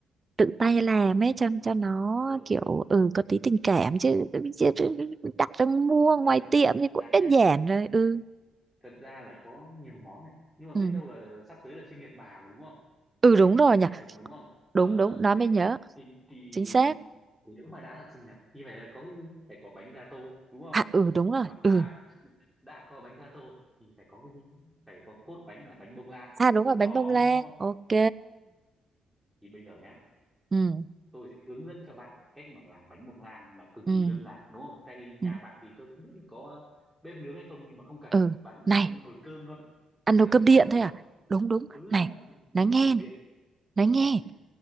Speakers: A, on the right (about 30°); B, in the centre.
A: tự tay làm ấy cho cho nó
B: ừ
A: kiểu ừ có tí tình cảm chứ, chứ
B: bây,
A: đặt ra mua ngoài
B: bây giờ thật,
A: tiệm thì
B: thật
A: cũng
B: ra
A: đơn
B: nhá
A: giản rồi
B: ừ,
A: ừ
B: thật ra là có nhiều món này nhưng mà biết
A: ừ
B: đâu là sắp tới là sinh nhật bà mà đúng không
A: ừ
B: hình
A: đúng
B: như là
A: rồi
B: sinh nhật
A: nhỉ
B: mẹ chồng mà đúng không ờ
A: đúng đúng nó
B: thì
A: mới nhớ
B: thì, thì
A: chính xác
B: nếu mà đã là sinh nhật thì phải là có cái gì phải có bánh gato đúng không
A: à ừ đúng rồi
B: mà đã
A: ừ
B: đã có bánh gato thì phải có cái gì phải có cốt bánh là bánh bông lan
A: à đúng rồi
B: đó
A: bánh bông lan ok
B: thì bây giờ nhá
A: ừ
B: tôi sẽ hướng dẫn cho bạn cách mà làm bánh bông lan mà cực
A: ừ
B: kỳ đơn giản đúng không tại vì nhà
A: ừ
B: bạn thì tôi không biết là có bếp nướng hay không nhưng mà không cần
A: ừ
B: bạn chỉ
A: này
B: cần có nồi cơm thôi
A: ăn
B: là
A: nồi
B: có
A: cơm
B: thể làm
A: điện
B: được
A: thôi
B: rồi
A: à đúng đúng
B: ừ
A: này
B: đúng không nồi
A: nói nghe
B: cơm
A: này
B: điện
A: nói nghe
B: ừ